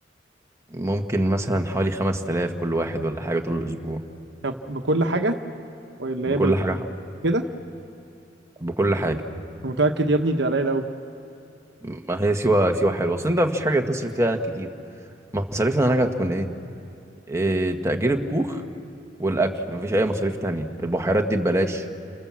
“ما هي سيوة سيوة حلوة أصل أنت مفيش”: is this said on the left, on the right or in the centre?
Right